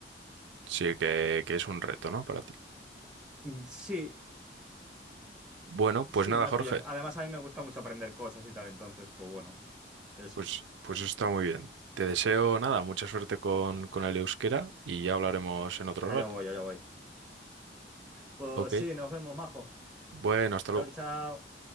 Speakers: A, on the right; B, in the centre.
A: Sí, que, que es un reto, ¿no? Para ti.
B: Mm, Sí,
A: Bueno,
B: sí,
A: pues nada,
B: más
A: Jorge,
B: bien. Además, a mí me gusta mucho aprender cosas y tal. Entonces, pues bueno, eso.
A: pues, pues eso está muy bien. Te deseo nada, mucha suerte con, con el euskera y ya hablaremos en otro
B: Allá
A: rato.
B: voy, allá voy. Pues
A: Ok.
B: sí, nos vemos, majo.
A: Bueno, hasta
B: Chao,
A: luego.
B: chao.